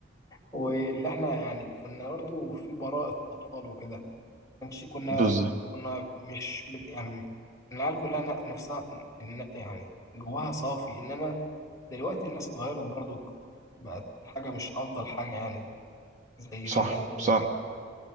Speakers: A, on the left (about 15°); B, on the right (about 40°).
A: واللي احنا يعني كنا برضه في براءة اطفال وكده كانش كنا
B: بالظبط
A: كنا مش من- يعني العيال كلها ن- نفسها ن- يعني جواها صافي انما دلوقتي الناس اتغيرت برضه بقت حاجة مش افضل حاجة يعني زي
B: صح
A: زمان يعني
B: صح
A: وكده